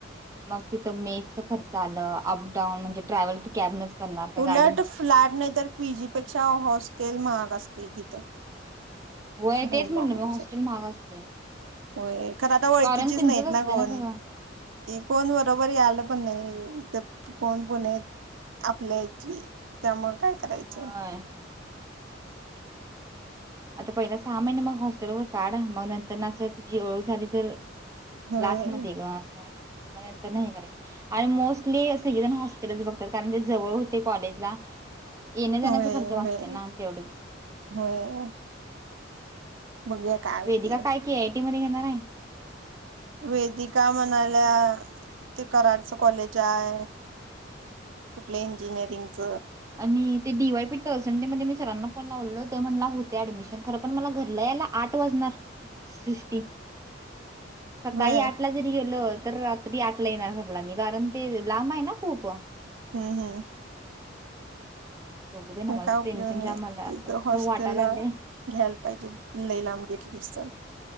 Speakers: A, on the right; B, on the right.
A: मग तिथं मेसच खर्च आलं अपडाऊन म्हणजे ट्रॅव्हल तर कॅबनच करणार का
B: उलट
A: गाडी?
B: फ्लॅट नाही तर पीजी पेक्षा हॉस्टेल महाग अस ई तिथं
A: होय
B: बोंबाबोंब
A: तेच म्हणलं मी हॉस्टेल
B: सगळी
A: महाग असते
B: व्हय खरं आता ओळखीचीच
A: कारण त्यांचंच
B: नाहीत ना
A: असतं
B: कोण
A: सगळं
B: कोण बरोबर यायला पण नाही. कोण पुणेत आपल्या इथली त्यामुळ काय करायचं
A: होय आता पहिल्या सहा महिने मग हॉस्टेलवर काढ मग नंतर न असं तुझी ओळख झाली तर क्लास
B: होय
A: मध्ये ग असं म नंतर न हे करायचं आणि मोस्टली सगळेजण हॉस्टेलच बघतात कारण ते जवळ होते कॉलेजला येण्या जाण्याचा
B: होय
A: खर्च वाचते
B: होय
A: ना तेवढंच
B: होय बघूया काय होती
A: वेदिका काय के आय टी मध्ये कनय
B: वेदिका म्हणाल्या ते कराडच कॉलेज आहे कुठलं इंजिनिअरिंगच
A: आणि ते डी वाय पी तळसंडे मध्ये मी सरांना फोन लावलेल ते म्हणला होतंय ऍडमिशन खर पण मला घरला यायला आठ वाजणार सृष्टी सकाळी
B: होय
A: आठ ला जरी गेलोत तर रात्री आठला येणार घरला मी कारण ते लांब आहे ना खूप
B: हूं हूं
A: बघू बाई ना
B: पण
A: मला
B: काय उपयोग
A: टेन्शन
B: नाय
A: जाम मला
B: तिथं
A: असं
B: हॉस्टेल
A: वाटायला
B: ला
A: लागलंय.
B: घ्यायला पाहिजे लई लांब घेतलीस तर